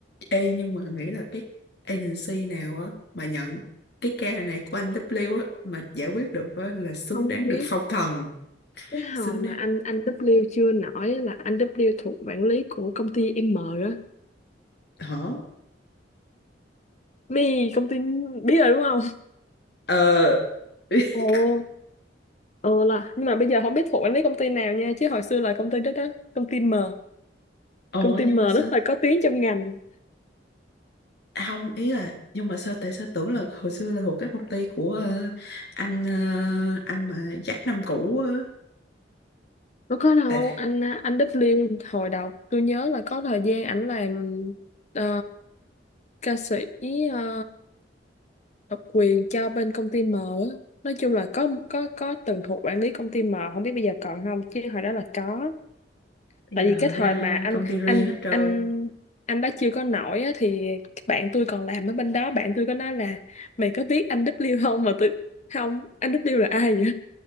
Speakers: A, on the left; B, on the left.
A: ê nhưng mà nghĩ là cái agency nào á mà nhận cái ca này của anh W á mà giải quyết được á là xứng
B: không
A: đáng được
B: biết
A: phong thần
B: cái hồi
A: xứng
B: mà
A: đáng
B: anh anh W chưa nổi á là anh W thuộc quản lý của công ty M á
A: hả
B: Mi công ty biết rồi đúng không?
A: ờ <laughs>
B: Ồ, ờ là nhưng mà bây giờ không biết thuộc anh biết công ty nào nha chứ hồi xưa là công ty đó đó công ty M
A: ủa
B: công ty
A: nhưng
B: M rất
A: mà sao
B: là có tiếng trong ngành
A: à, không ý là nhưng mà sao tại sao tưởng là hồi xưa là thuộc cái công ty của ờ, anh ờ, anh mà dắt năm cũ á.
B: nó có đâu
A: tại
B: anh anh W hồi đầu tôi nhớ là có thời gian ảnh làm ờ, ca sĩ ờ, độc quyền cho bên công ty M á. nói chung là có có có từng thuộc quản lý công ty M không biết bây giờ còn không chứ hồi đó là có
A: bây
B: tại
A: giờ
B: vì cái thời
A: ra
B: mà anh
A: công ty riêng
B: anh
A: hết trơn
B: anh anh đã chưa có nổi á, thì bạn tôi còn làm ở bên đó bạn tôi có nói là mày có biết anh W không mà tôi không anh W là ai vậy